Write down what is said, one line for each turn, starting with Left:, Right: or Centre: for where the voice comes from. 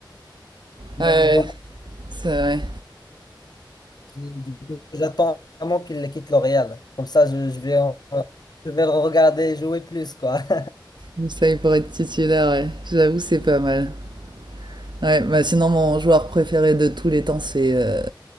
Left: Mais
Right: ouais,
Left: voilà,
Right: ouais, c'est vrai.
Left: du coup, j'attends vraiment qu'il quitte le Real. Comme ça, je, je vais, en- je vais le regarder jouer plus, quoi. <laughs>
Right: Moussaï pour être titulaire, ouais. J'avoue, c'est pas mal. Ouais, bah sinon, mon joueur préféré de tous les temps, c'est euh,